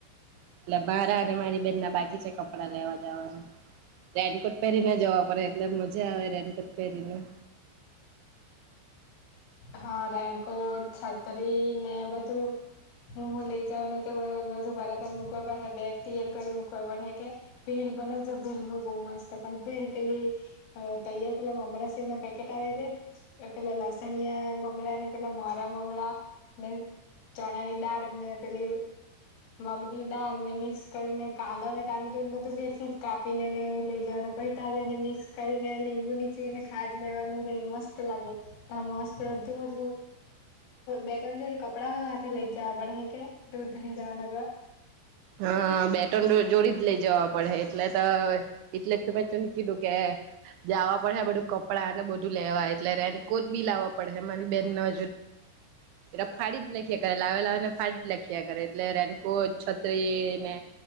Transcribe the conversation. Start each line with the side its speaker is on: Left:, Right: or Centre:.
Right: એટલે મારા અને મારી બેનના બાકી છે કપડા લેવા જવાનું. રેનકોટ પહેરીને જવા પડે એટલે મજા આવે રેનકોટ પહેરીને <inaudible>
Left: હા રેનકોટ છત્રી ને બધું હું હું લઈ જઉને બધું બરાબ મકવા પાડે બેગ તૈયાર કરી મુકવા પડે કે ભી. લ બનાવજો ભેલ બહ મસ્ત પણ ભેલ પેલી તૈયાર પેલા અમરા શ ના પેકેટ આવ પેલા લસણિયા મમરા ને પેલા મારા મમરા ને ચણા ની દાળ ને પેલી મગની દાળ ને મિક્સ કરીને કાંદો ને તમેી એ બધું ફેરથી કાપી ને ને એવું લઈ જ ને મિક્સ કરીને લીંબુ નીચુઈને ખાદ લેવાનું રહી મસ્ત લાગે ત મસ્ત તો દોજ બે ત્રણ જોડ કપડા હોય હાથે લઈ જવા પડે કે દૂરહી જવા લગ
Right: હા બેટન જોડી જ લઈ જવા પડે એટલે તો એટલે જ તું મેં તોને કીધું કે જવા પડે બધું કપડાં અને બધું લેવા એટલે રેનકોટ બી લાવવા પડે મારી બેનજુ પ ફાડી જ લખ્યા કરે લાવે લાવેને ફાડી જ લખ્યા કરે એટલે રેનકો છ. તત્રને